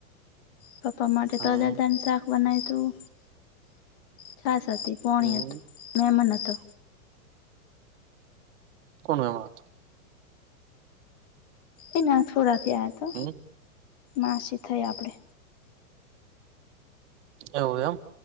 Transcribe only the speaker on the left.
પપ્પા માટે
તો અજર તને શાક બનાય તું. છાસ હતી પોણ
હત મહેમન હતો.
એ ના થોડા થયા તો
માસી થઈ આપડે.